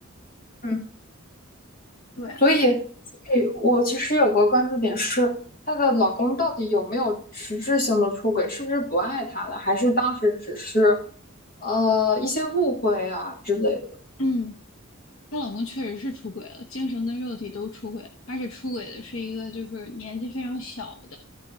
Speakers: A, on the left (about 40°); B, on the left (about 70°).
A: 嗯，
B: 对，
A: 所以所以我其实有个关注点是，她的老公到底有没有实质性的出轨？是不是不爱她了？还是当时只是呃一些误会啊之类的？
B: 嗯，她老公确实是出轨了，精神跟肉体都出轨，而且出轨的是一个就是年纪非常小的